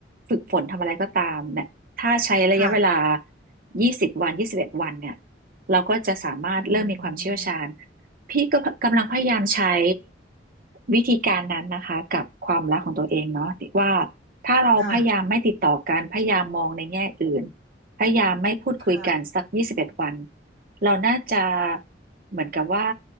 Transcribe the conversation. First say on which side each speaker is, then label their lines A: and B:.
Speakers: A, on the right; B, on the right.
A: ฝึกฝนทำอะไรก็ตามเนี่ยถ้าใช้ระยะเวลา
B: ค่ะ
A: 20วัน21วันเนี่ยเราก็จะสามารถเริ่มมีความเชี่ยวชาญ
B: อืม
A: พี่ก็กำลังพยายามใช้วิธีการนั้นนะคะกับความรักของตัวเองเนาะว่าถ้าเราพยายามไม่ติดต่อกันพยายามมองในแง่อื่น
B: ค่ะ
A: พยายามไม่พูดคุยกันสัก21วัน
B: ค่ะ
A: เราน่าจะเหมือนกับว่า